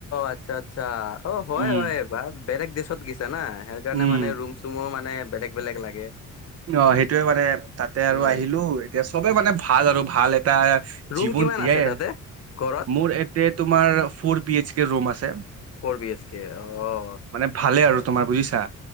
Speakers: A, on the left (about 55°); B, on the right (about 55°).
A: আচ্ছা, আচ্ছা! অ, হয়,
B: উম
A: হয়, এইবাৰ বেলেগ দেসত গৈছা না। সেই কাৰণে
B: উম।
A: মানে ৰুম-চুমও মানে বেলেগ-বেলেগ লাগে।
B: অ, সেইটোয়ে মানে, তাতে আৰু
A: উম
B: আহিলো, এতিয়া চবে মানে ভাল আৰু ভাল এটা
A: ৰুম
B: জীৱন
A: কিমান
B: জীয়াই,
A: আছে তাতে ঘৰত
B: মোৰ ইয়াতে তোমাৰ four B H K room আছে।
A: ফৰ বি এইচ কে, অ, অ।
B: ভালে আৰু তোমাৰ বুজিছা!